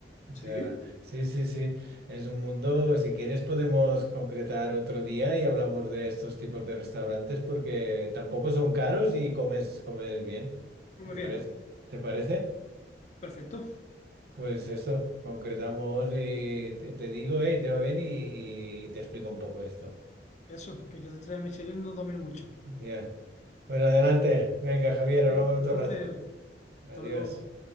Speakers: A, on the right; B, on the left.
A: O sea,
B: sí,
A: sí, sí, sí, es un mundo, si quieres podemos concretar otro día y hablamos de estos tipos de restaurantes porque tampoco son caros y comes, comes bien.
B: muy
A: ¿Te
B: bien,
A: parece?
B: ¿no?
A: ¿Te parece?
B: Perfecto.
A: Pues eso, concretamos y te, te digo, hey, te va bien y, y te explico un poco esto.
B: Eso, que yo te traiga Michelin no domino mucho.
A: Bien. Bueno, adelante. Venga, Javier,
B: Venga,
A: hablamos
B: Un
A: otro
B: placer.
A: rato. Adiós.
B: Hasta luego.